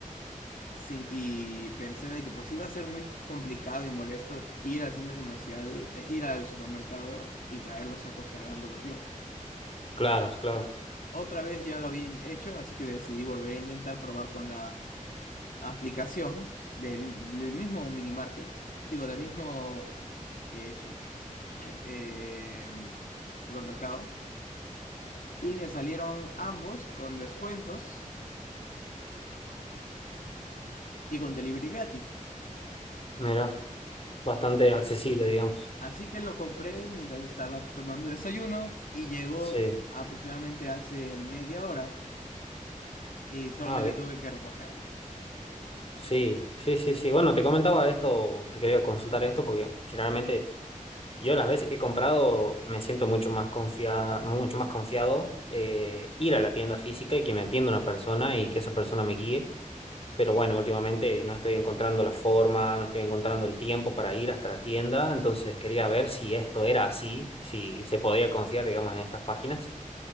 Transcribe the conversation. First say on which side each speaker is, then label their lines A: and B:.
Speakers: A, on the left (about 85°); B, on the left (about 45°).
A: Sin, y pensé de que pues iba a ser muy complicado y molesto ir al centro comercial, eh, ir al supermercado y traer los sacos cargándolos yo.
B: claro, claro.
A: Eh, otra vez ya lo había in- hecho, así que decidí volver a intentar probar con la aplicación del, del mismo mini market, digo, del mismo eh, su- em, supermercado. Y me salieron ambos con descuentos. y con delivery gratis.
B: Mira, bastante accesible, digamos.
A: Así que lo compré mientras estaba tomando desayuno y llegó
B: Sí.
A: aproximadamente hace media hora y solamente
B: Ah, bien.
A: tuve que recogerlo.
B: Sí, sí, sí, sí. Bueno, te comentaba esto, te quería consultar esto porque generalmente yo las veces que he comprado me siento mucho más confiada, mucho más confiado eh, ir a la tienda física y que me atienda una persona y que esa persona me guíe. Pero bueno, últimamente no estoy encontrando la forma, no estoy encontrando el tiempo para ir hasta la tienda, entonces quería ver si esto era así, si se podía confiar, digamos, en estas páginas.